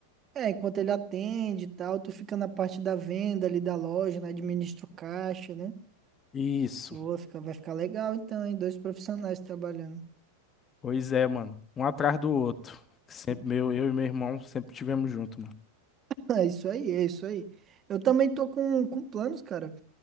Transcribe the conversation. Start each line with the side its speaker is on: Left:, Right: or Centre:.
Right: É, enquanto ele atende e tal, tu fica na parte da venda ali da loja, né? Administra o caixa, né?
Left: Isso.
Right: Pô, fica, vai ficar legal então, hein? Dois profissionais trabalhando.
Left: Pois é, mano. Um atrás do outro. Sempre
Right: <laughs>
Left: meu, eu e meu irmão sempre tivemos junto, mano.
Right: É isso aí, é isso aí. Eu também tô com, com planos, cara,